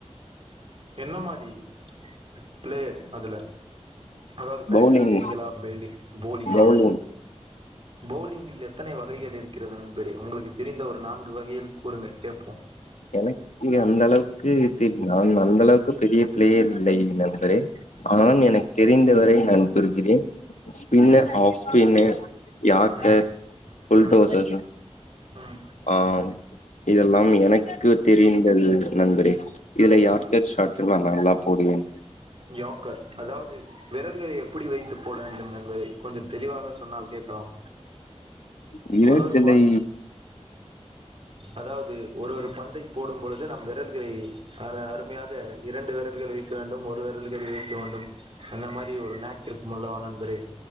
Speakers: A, on the right; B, on the left.
A: என்ன மாரி பிளேயர் அதுல அதாவது பேட்டிங்
B: பவுலிங்
A: செய்வீங்களா பேல்டிங் போலிங்கா
B: பவுலிங்
A: பவுலிங் ல் எத்தனை வகைகள் இருக்கிறதுன் தெரியு உங்களுக்கு தெரிந்த ஒரு நான்கு வகைகள் கூறுங்க கேட்போம்
B: எனக்கு அந்த அளவுக்கு தெரிய நான் அந்த அளவுக்கு பெரிய பிளேயர் இல்லை நண்பரே ஆனாலும் எனக் தெரிந்தவரை நான் கூறுகிறேன் ஸ்பின்ர்
A: ம்
B: ஆஃப் ஸ்பின்னர் யாக்கர்ஸ்
A: ம்
B: உல்ட்டோசஸ்
A: ம் ம்
B: ஆஹ் இதெல்லாம் எனக்கு தெரிந்தது நண்பரே இதுல யார்க்க சாட்ஸ் நான்தா போடுவே உம்
A: யாக்கர் அதாவது விறல்களை எப்படி வைத்து போன டும் நண்பரே கொஞ்சம் தெளிவாக சொன்னால் கேட்கலாம்
B: விரட்
A: ஒரு ஒரு
B: ஜல்லை
A: பால் அதாவது ஒரு ஒரு பந்தை போடும்பொழுது நம் விரல்களை அருமையாக இரண்டு விரல்களை இருக்க வேண்டும் ஒருவர் விரல்களை வைக்க வேண்டும் அந்த மாரி ஒரு நக் இருக்கும் அல்லவா நண்பரே